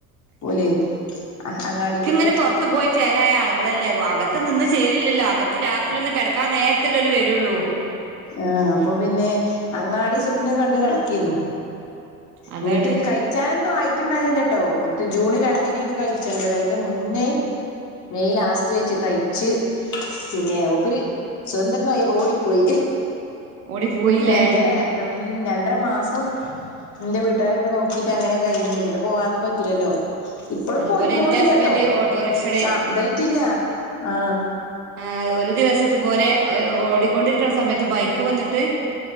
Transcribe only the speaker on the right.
അങ്ങനെ പുറത്ത്ു പോയി ചേലായ ആളുകളല്ലേോ അകത്ത് നിന്ന് ചേലില്ലല്ലോ അകത്ത് രാത്രി ഒന്ന് അക്കാ നേരത്തെല് വരുള്ളൂ
അതാണ്
ഓടിപ്പോയില്ലേ
അതുപോലെ
ഇന്റെ ഹസ്ബന്റ് ഓട്ടോറിക്ഷ
ആ ഒരു ദിവസിതുപോലെ ഓടിക്കൊണ്ടിരിക്കണ സമയത്ത് ബൈക്ക് വന്നിട്ട്